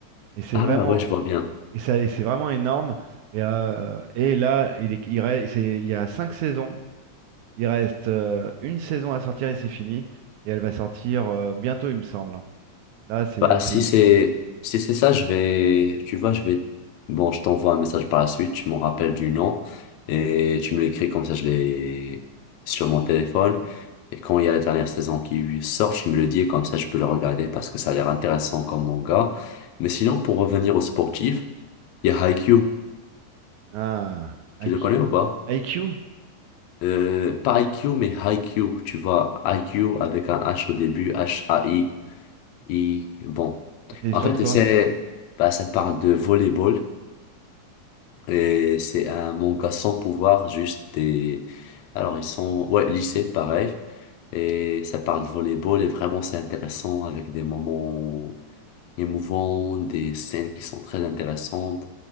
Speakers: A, on the right; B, on the left.
A: Et c'est
B: Ah,
A: vraiment,
B: ouais, je vois bien.
A: et ça, et c'est vraiment énorme. Et, euh, et là, il est- il reste- c'est- il y a cinq saisons. Il reste euh, une saison à sortir et c'est fini. Et elle va sortir euh, bientôt, il me semble. hein. Là, c'est,
B: Bah,
A: c'est,
B: si
A: ju-
B: c'est si c'est ça, je vais, tu vois, je vais, bon, je t'envoie un message par la suite, tu m'en rappelles du nom et tu me l'écris comme ça, je l'ai sur mon téléphone. Et quand il y a la dernière saison qui sort, tu me le dis et comme ça, je peux le regarder parce que ça a l'air intéressant comme manga. Mais sinon, pour revenir au sportif, il y a Haikyuu.
A: ah, IQ?
B: Tu le connais ou pas?
A: IQ?
B: Euh, pas Haikyuu, mais Haikyuu. Tu vois, Haikyuu avec un H au début, H-A-I. Et bon,
A: Ah, C'est
B: en
A: sorti
B: fait,
A: quoi?
B: c'est, bah, ça parle de volleyball et c'est un manga sans pouvoir, juste des. Alors, ils sont, ouais, lycée, pareil. Et ça parle de volleyball et vraiment, c'est intéressant avec des moments émouvants, des scènes qui sont très intéressantes.